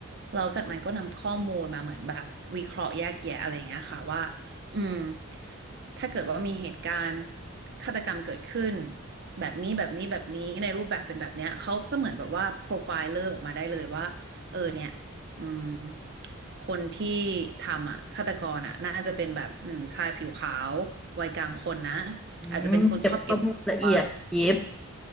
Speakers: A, on the right (about 50°); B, in the centre.
A: เราจากนั้นก็นำข้อมูลมาเหมือนแบบวิเคราะห์แยกแยะอะไรอย่างเงี้ยค่ะว่าอืมถ้าเกิดว่ามีเหตุการณ์ฆาตกรรมเกิดขึ้นแบบนี้แบบนี้แบบนี้ในรูปแบบเป็นแบบเนี้ยเขาก็เสมือนแบบว่าโปรไฟล์เลอร์ออกมาได้เลยว่าเออเนี่ยอืมคนที่ทำอ่ะฆาตกรอ่ะน่าจะเป็นแบบอืมชายผิวขาววัยกลางคนนะ
B: อืมเก็บข้อมูลละเอียดยิบ
A: อาจจะเป็นคนชอบเก็บตัว